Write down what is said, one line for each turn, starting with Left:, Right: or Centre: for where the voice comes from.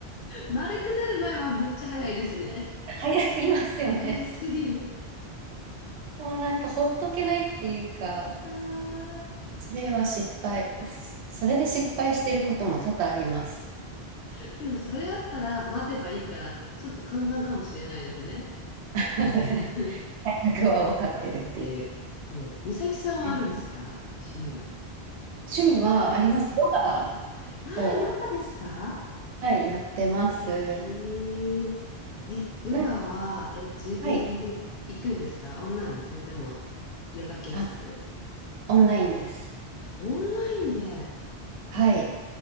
Left: 丸くなる前はめっちゃ早いですね。
Right: <laughs> 早すぎますよね。
Left: 早すぎる。
Right: もうなんかほっとけないっていうか、
Left: あ
Right: それは失敗。そそれで失敗してることも多々あります。
Left: ーでもそれあったら待てばいいから、ちょっと簡単かもしれないですね。
Right: <laughs>
Left: <laughs> うん
Right: 大学は分かってるってい
Left: 待つっていう。そう。美咲さんはあるんですか趣味は。
Right: う。趣味はあります。
Left: これが好きとか。
Right: ヨガ
Left: あ
Right: を、
Left: あ、ヨガですか
Right: はい、やってます。
Left: 素敵。え、ヨガは、
Right: な、
Left: え、自分で行くんですかオンラインそれとも、
Right: はい。
Left: ヨガ教室
Right: あ、オンラインです。
Left: オンラインで。
Right: はい。